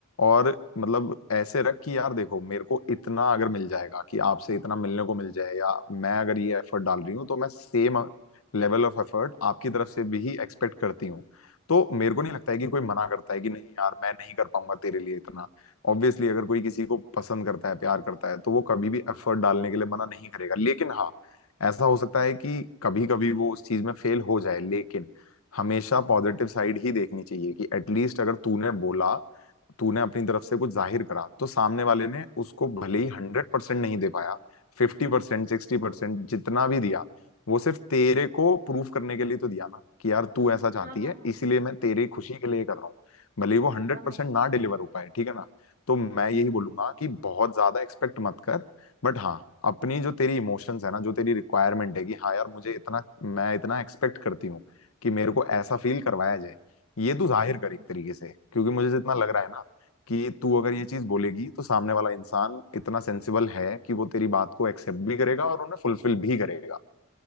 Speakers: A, on the left; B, on the right.
A: और मतलब ऐसे रख कि यार देखो मेरे को इतना अगर मिल जाएगा कि आपसे इतना मिलने को मिल जाए या मैं अगर ये एफर्ट डाल रही हूँ तो मैं सेम लेवल ऑफ एफर्ट आपकी तरफ से भी ही एक्सपेक्ट करती हूँ तो मेरे को नहीं लगता है कि कोई मना करता है कि नहीं यार मैं नहीं कर पाऊंगा तेरे लिए इतना ऑब्वियसली अगर कोई किसी को पसंद करता है प्यार करता है तो वो कभी भी एफर्ट डालने के लिए मना नहीं करेगा लेकिन हाँ ऐसा हो सकता है कि कभी कभी वो उस चीज में फेल हो जाए लेकिन हमेशा पॉजिटिव साइड ही देखनी चाहिए कि एटलीस्ट अगर तूने बोला तूने अपनी तरफ से कुछ जाहिर करा तो सामने वाले ने उसको भले ही हंड्रेड परसेंट नहीं दे पाया फिफ्टी परसेंट सिक्सटी परसेंट जितना भी दिया वो सिर्फ तेरे को प्रूफ करने के लिए तो दिया ना कि यार तू ऐसा चाहती
B: हाँ हाँ
A: है
B: हाँ
A: इसीलिए
B: हाँ
A: मैं तेरी खुशी के लिए कर रहा हूँ भले ही वो हंड्रेड
B: हाँ,
A: परसेंट ना डिलीवर हो पाए ठीक है ना तो मैं
B: हम्म
A: यही
B: हम्म
A: बोलूंगा कि बहुत ज्यादा एक्सपेक्ट मत कर बट हाँ अपनी जो तेरी इमोशंस है ना जो तेरी रिक्वायरमेंट है कि हाँ यार मुझे इतना मैं इतना एक्सपेक्ट करती हूँ कि मेरे को ऐसा फील करवाया जाए ये तू जाहिर
B: हम्म
A: कर एक तरीके से क्योंकि मुझे जितना लग रहा है ना कि तू अगर ये चीज बोलेगी तो सामने वाला इंसान इतना सेंसिबल है कि वो तेरी बात को एक्सेप्ट भी करेगा और उन्हें फुलफिल भी करेगा